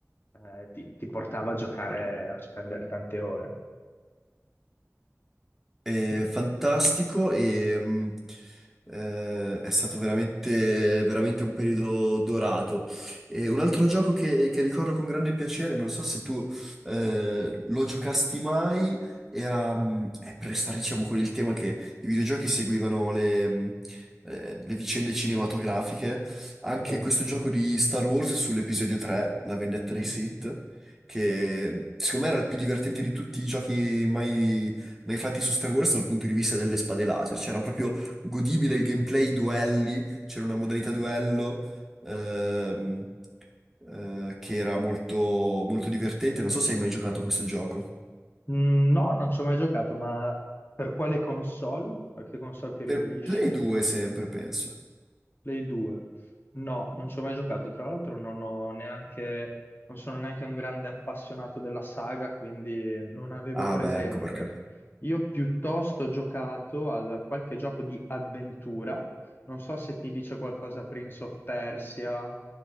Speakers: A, on the left; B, in the centre.
A: eh, ti, ti portava a giocare, a spendere tante ore.
B: È
A: Mm.
B: fantastico e mh, eh, è stato veramente, veramente un periodo dorato. E un altro gioco che, che ricordo con grande piacere, non so se tu eh, lo giocasti mai, era mh, è per restare diciamo con il tema che i videogiochi seguivano le, mh, eh, le vicende cinematografiche, anche
A: Sì.
B: questo gioco di Star Wars sull'episodio 3, La vendetta
A: Mm.
B: dei Sith. Che secondo me era il più divertente di tutti i giochi mai ma infatti su Star Wars dal punto di vista delle spade laser c'era proprio godibile il gameplay, i duelli, c'era una modalità duello ehm, eh, che era molto, molto divertente. Non so se hai mai giocato a questo gioco.
A: Mm, No, non ci ho mai giocato, ma per quale console? A che console ti riferisci?
B: Per Play 2 sempre, penso.
A: Play 2. No, non ci ho mai giocato. Tra l'altro non ho neanche, non sono neanche un grande appassionato della saga, quindi non avevo
B: Ah
A: presente.
B: beh, ecco perché.
A: Io piuttosto ho giocato a qualche gioco di avventura. Non so se ti dice qualcosa Prince of Persia.